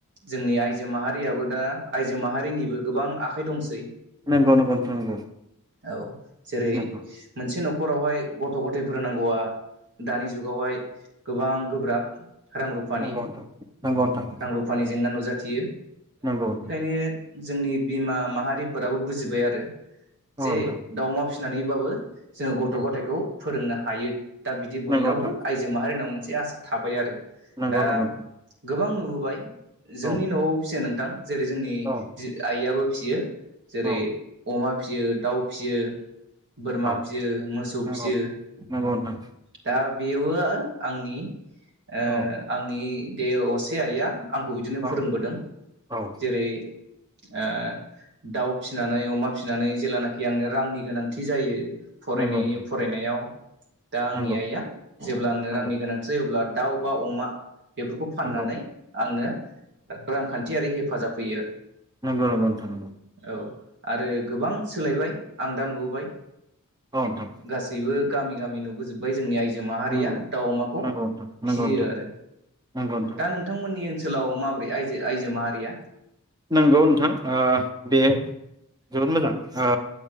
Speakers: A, on the right; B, on the right.
A: जोंनि आइजो माहारियाबो दा आइजो माहारिनिबो गोबां आखाइ दंसै
B: नंगौ नंगौ नोंथां नंगौ
A: औ जेरै
B: नंगौ
A: मोनसे न'खर न'खरावहाय गथ' गथाय फोरों नांगौआ दानि जुगावहाय गोबां गोब्राब रां रुानि
B: नंगौ नोंथां नंगौ नोंथां
A: रां रुफानि जेंना नुजा थियो
B: नंगौ
A: <inaudible> जोंनि बिमा माहारिफोराबो बुजिबाय आरो
B: औ
A: जे
B: नोंथां
A: दाव अमा फिसिनाय नानैबाबो जोङो गथ'
B: उम
A: गथायखौ फोरोंनो हायो दा बिदि बयनावबो
B: नंगौ नोंथां
A: आइजो माहारिनाव मोनसे ए आसा थाबाय आरो
B: नांगौ
A: दा
B: नंगौ
A: गोबां नुबोबाय जोंनि
B: औ
A: न'आव फियो नोंथां जेरै जोंनि
B: औ
A: आइयाबो फियो जेरै
B: औ
A: अमा फियो दाउ फियो बोरमा
B: औ
A: फियो मोसौ
B: नंगौ
A: फियो
B: नंगौ नोंथां
A: दा बेबो आंनि ओ
B: औ
A: आंनि दे असे आइया आंखौ बिदिनो फोरोंबोदों
B: औ औ
A: बे ओ दाउ फिनानै अमा फिनानै जेेलानाखि आंनो रांनि गोनांथि जायो फरायनाय
B: नंगौ नोंथां
A: फरायनायाव दा आंनि
B: नंगौ
A: आइआ जेब्ला आंनो
B: नंगौ
A: रांनि गोनांथि जायो अब्ला दाउ बा अमा बेफोरखौ फाननानै
B: नंगौ
A: आंनो रांखान्थियारि हेफा हेफाजाब होयो आरो।
B: नंगौ नंगौ नोंथां नोंगौ
A: औ आरो गोबां सोलायबाय आं दा नुबोबाय।
B: औ नोंथां
A: गासैबो गामि गामि नुबोजोबबाय जोंनि आइ जो माहारिया
B: नंगौ
A: दाउ अमाखौ
B: नंगौ नोंथां नंगौ
A: फिसिय़ो
B: नोंथां
A: आरो
B: नंगौ नोंथां
A: दा नोंथांमोननि ओनसोलाव माबोरै आय आइजो माहारिया?
B: नंगौ नोंथां ओ बे जोबोद मोजां ओ